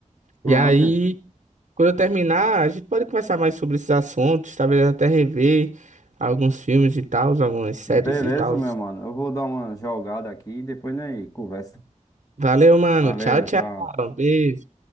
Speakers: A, on the left; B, on the right.
A: pronto.
B: E aí, quando eu terminar, a gente pode conversar mais sobre esses assuntos, talvez até rever alguns filmes e tal, algumas séries
A: Beleza,
B: e tal.
A: meu mano. Eu vou dar uma jogada aqui e depois, né, conversa.
B: Valeu, mano.
A: Valeu,
B: Tchau, tchau.
A: tchau.
B: Beijo.